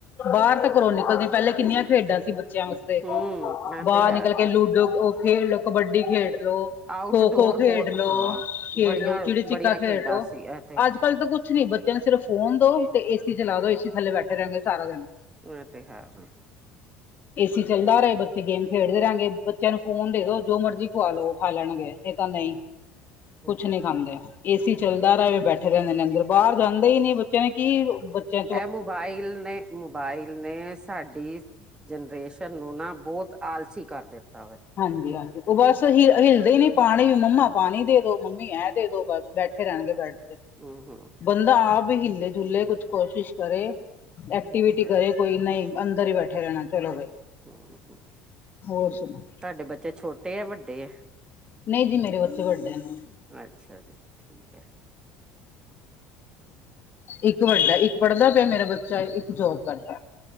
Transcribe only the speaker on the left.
ਬਾਰ ਤਾਂ ਘਰੋਂ ਨਿਕਲਦੇ, ਪੈਲੇ ਕਿੰਨੀਆਂ ਖੇਡਾਂ ਸੀ ਬੱਚੇਆਂ ਵਾਸ ਤੇ
ਬਾਰ
ਨਿਕਲ ਕੇ ਲੂਡੋ, ਓ ਖੇਡਲੋ ਕਬੱਡੀ ਖੇਡਲੋ
ਖੋ-ਖੋ ਖੇਡਲੋ,
ਖੇਡਲੋ
ਚਿੜੀ-ਛਿੱਕਾ
ਖੇਡਲੋ,
ਅੱਜ ਅੱਜ-ਕੱਲ ਤਾਂ ਕੁੱਝ ਨੀ ਬੱਚਿਆਂ ਨੂੰ ਸਿਰਫ ਫੋਨ ਦੋ ਤੇ ਏਸੀ ਚਲਾ ਦੋ, ਏਸੀ ਥੱਲੇ ਬੈਠੇ ਰੈਣਗੇ ਸਾਰਾ ਦਿਨ
<inaudible> ਏਸੀ ਚੱਲਦਾ ਰਹੇ ਬੱਚੇ ਗੇਮ ਖੇਡਦੇ ਰਹਿਣਗੇ, ਬੱਚਿਆਂ ਨੂੰ ਫੋਨ ਦੇ ਦੋ ਜੋ ਮਰਜ਼ੀ ਖਵਾ ਲੋ, ਖਾ ਲੈਣਗੇ। ਏਦਾ ਨਹੀਂ ਕੁਛ
ਨੀ ਖਾਂਦੇ।
ਏਸੀ ਚੱਲਦਾ ਰਹੇ ਬੈਠੇ ਰਹਿੰਦੇ ਨੇ ਅੰਦਰ ਬਾਰ ਜਾਂਦੇ ਹੀ ਨੀ ਬੱਚਿਆਂ ਨੇ ਕੀ ਬੱਚੇ
ਹਾਂਜੀ-ਹਾਂਜੀ ਉਹ ਬਸ ਹਿਲ ਹਿਲਦੇ ਹੀ ਨੀ ਪਾਣੀ ਮੰਮਾ ਪਾਣੀ ਦੇ ਦੋ ਮੰਮੀ ਐ ਦੇ ਦੋ ਬਸ। ਬੈਠੇ ਰਹਿਣਗੇ ਬੈਡ ਤੇ।
ਬੰਦਾ ਆਪ ਵੀ ਹੀਲੇ ਜੁਲੇੇ ਕੁਛ ਕੋਸ਼ਿਸ ਕਰੇ ਐਕਟੀਵਿਟੀ
ਕਰੇ। ਕੋਈ ਨਹੀਂ ਅੰਦਰ ਹੀ ਬੈਠੇ ਰਹਿਣਾ ਚੱਲੋ ਬਈ।
ਹੋਰ ਸੁਣੋ
ਨਹੀ ਜੀ ਮੇਰੇ ਬੱਚੇ ਵੱਡੇ ਨੇ।
ਇੱਕ ਵੱਡਾ ਇੱਕ ਪੜ੍ਹਦਾ ਪਿਆ ਮੇਰਾ ਬੱਚਾ, ਇੱਕ ਜੋਬ ਕਰਦਾ।